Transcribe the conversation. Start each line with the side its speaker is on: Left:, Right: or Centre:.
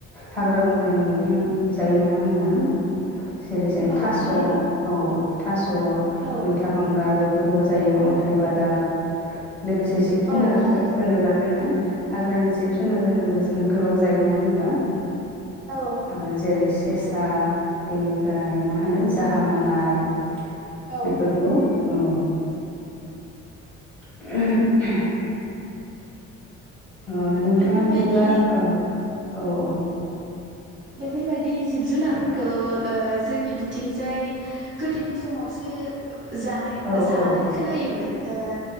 Centre: हाग्रा बंग्रानि मैगं जायो नङा होनब्ला? जेरै जों
Right: औ
Centre: थास'
Right: थारैनो
Centre: औ थास'
Right: औ
Centre: मैथा बांगाल बे फोरखौबो जायो अन्थाइ बादाब लोगोसे जिब जुनार
Right: औ थारैनो
Centre: होनोब्ला जोङो। हाग्रानि जिब जुनार होनोब्ला जोङो गोबां जायो नङा होनब्ला।
Right: औ
Centre: आरो जेरैखि। केेसा बेनिफ्राय मा होनो जाहा मालाय।
Right: औ
Centre: बेफोरखौ औ <unintelligible> <unintelligible> ओ नोंथाङा
Right: बेफोरबायदि
Centre: बिदिब्ला। औ औ।
Right: बेफोरबायदि जिब जुनारफोरखौ जोंनि बिथिंजाय गोदोनि समावसो। जानाय
Centre: औ
Right: जानाय
Centre: औ
Right: खोनायोमोन। ओ